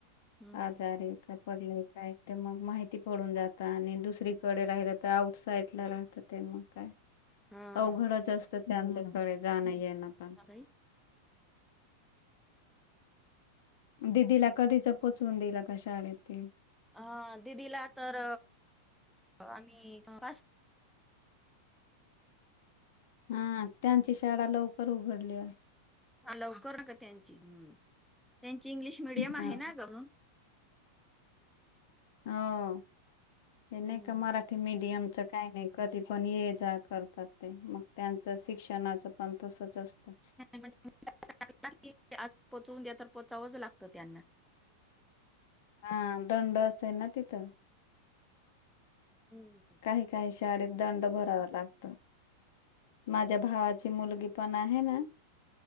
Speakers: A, in the centre; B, on the left (about 55°).
A: हम्म
B: आजारी आहे का. पडल काय ते मग माहिती पडून जात आणि दुसरीकडे राहिलं तर आउट साईड साईटला राहत ते मग काय
A: हा.
B: अवघडच असतं त्यांच्याकडे जाणं ये ना पण.
A: बाई.
B: दिदीला कधीच पोचवून दिलं. आता शाळेत ती.
A: हा दिदीला तर, आम्ही पास
B: हा, त्यांची शाळा लवकर उघडल्या.
A: हा लवकर का त्यांची, त्यांची इंग्लिश मिडियम आहे
B: ह
A: ना ग, म्हणून.
B: हो, ते नाही
A: हम्म.
B: का मारा ते मीडियमच काही नाही. कधी पण ये जा करतात ते, मग त्यांचं शिक्षणाच. पण तसचं असतं
A: म्हणज आज पोचवून द्या तर पोचावंच लागत त्यांना.
B: हा, दंड असेल ना तिथं
A: हम्म.
B: काही-काही शाळेत दंड भरावा लागत. त, माझ्या भावाची मुलगी पण आहे ना